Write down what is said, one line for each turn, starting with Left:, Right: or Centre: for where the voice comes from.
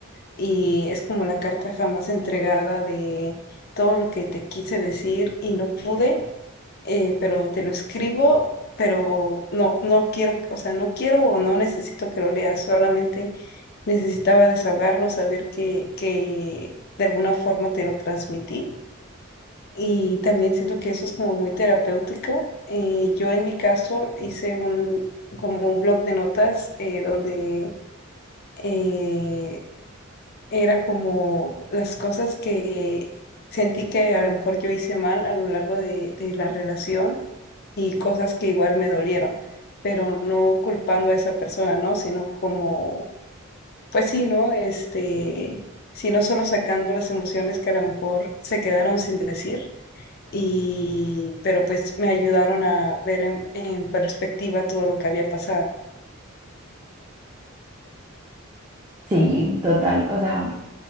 Left: y es como la carta jamás entregada de todo lo que te quise decir y no pude, eh, pero te lo escribo, pero no, no quiero, o sea, no quiero o no necesito que lo leas, solamente necesitaba desahogarlo, saber que, que de alguna forma te lo transmití y también siento que eso es como muy terapéutico. Eh, yo en mi caso hice un, como un blog de notas eh, donde... eh, era como las cosas que sentí que a lo mejor yo hice mal a lo largo de, de la relación y cosas que igual me dolieron, pero no culpando a esa persona, ¿no? Sino como, pues sí, ¿no? Este, sino solo sacando las emociones que a lo mejor se quedaron sin decir. Y, pero pues me ayudaron a ver en en perspectiva todo lo que había pasado.
Right: Sí, total, o sea.